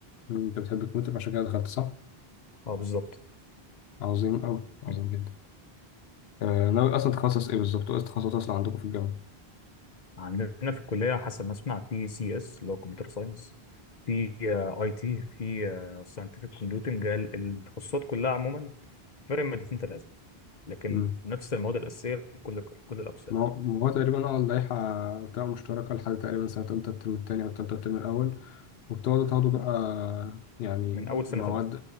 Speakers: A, on the left; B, on the left.
A: مم، أنت بتحب الكمبيوتر عشان كده دخلت صح؟
B: اه بالظبط
A: عظيم أوي عظيم
B: م.
A: جدا آه ناوي أصلا تخصص إيه بالظبط وإيه التخصصات أصلا عندكم في الجامعة؟
B: عندنا في الكليه حسب ما اسمع في سي اس اللي هو كمبيوتر ساينس في آه، اي تي في ساينتفك كومبيوتنج التخصصات كلها عموما فرق مادتين ثلاثة لكن
A: مم.
B: نفس المواد الأساسية في كل كل الأقسام
A: ما هو ما هو تقريبا اه اللائحة بتبقى مشتركة لحد تقريبا سنة تالتة الترم التاني أو تالتة الترم الأول وبتقعدوا تاخدوا بقى يعني
B: من أول سنة
A: مواد
B: ثالثة